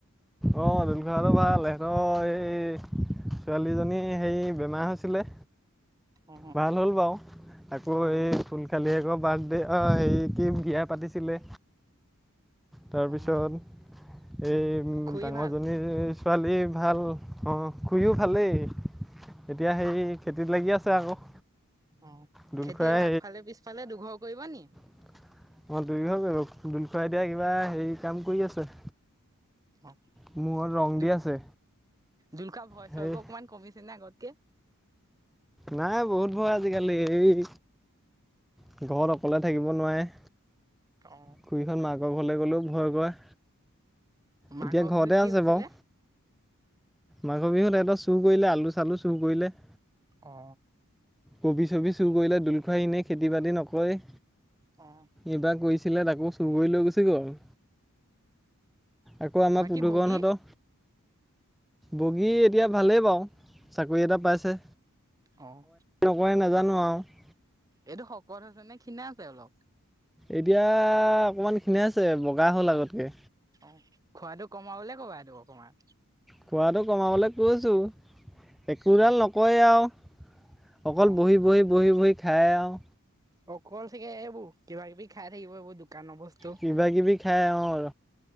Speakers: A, in the centre; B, on the right.
A: অ দুল খোৰাহঁতও ভাল সিহঁতৰ এই ছোৱালীজনী হেৰি বেমাৰ হৈছিলে।
B: অ
A: ভাল হ'ল বাও আকৌ
B: অ
A: এই খুল খালিয়েক বাৰ্থডে অ হেৰি কি বিয়া পাতিছিলে তাৰপিছত
B: অ
A: এই
B: খুৰী
A: ডাঙৰজনীৰ
B: ভাল
A: এই ছোৱালী ভাল অ খুইও ভালেই এতিয়া সেই খেতিত লাগি আছে আকৌ।
B: অ
A: দুলখুৱাই
B: খেতি এবাৰ আগফালে পিছফালে দুঘও কৰিব নি
A: অই দুই ঘয়ে কৰিব দুল খুৱাই এতিয়া কিবা হেৰি কাম কৰি আছে।
B: অ
A: মূৰত ৰং
B: দু
A: দি আছে
B: দুলকা ভয়
A: সেই
B: চয়বোৰ অকমান কমিছে নে আগতকে?
A: নাই বহুত ভয় আজিকালি এই ঘৰত অকলে থাকিব নোৱাৰে।
B: অ
A: খুৰীখন মাকৰ ঘৰলৈ গ'লেও ভয় কৰে।
B: মাঘৰ
A: এতিয়া ঘৰতে
B: বিহুত কি
A: আছে
B: হৈছিলে?
A: বাৰু মাঘৰ বিহুত সিহঁতৰ চুৰ কৰিলে আলু চালু চুৰ কৰিলে।
B: অ।
A: কবি চবি চুৰ কৰিলে, দোল খুৰাই এনে খেতি বাতি নকৰে।
B: অ।
A: এইবাৰ কৰিছিলে তাকো চুৰ কৰি লৈ গুছি গ'ল। আকৌ আমাৰ
B: বাকী
A: পুদুকৰণহতৰ,
B: বগী
A: বগী - এতিয়া ভালেই পাওঁ চাকৰি এটা পাইছে।
B: অঁ
A: নকয় নাজানো আৰু
B: এইটো শকত হৈছে নে খীণাইছে অলপ?
A: এতিয়া অকণমান খিনাইছে বগা হ'ল আগতকৈ।
B: অ খোৱাটো কমাবলে ক'বা এইটো অকণমান।
A: খোৱাটো কমাবলৈ কৈছোঁ, একোডাল
B: অ
A: নকয়েই আৰু। অকল
B: অ
A: বহি বহি বহি বহি খাইয়াও।
B: অকল চাগে এইবোৰ কিবা কিবি খাই থাকিব এইবোৰ দোকানৰ বস্তু
A: কিবা কিবি খাই আৰু,